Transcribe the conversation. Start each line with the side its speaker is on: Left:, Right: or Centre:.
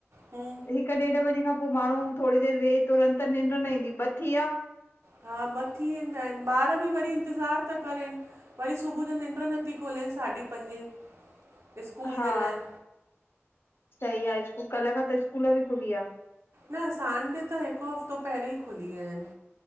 Right: हूं
Left: हिक डेड बजे खां पोइ- पोइ माण्हू थोरी देरि वेह तुरंत निंड न ईंदी ब् थी वया।
Right: हा ब थी वेंदा आहिनि ॿार बि वरी इंतज़ारु था करनि, वरी सुबुह जो निंड नथी खुलेन। साढी पंजे स्कूल
Left: हा
Right: जे लाइ
Left: सही आहे स्कू कल्ह खां त स्कूल बि खुली आहे
Right: न सांड त हिकु हफ़्तो पहिरियों ई खुली विया आहिनि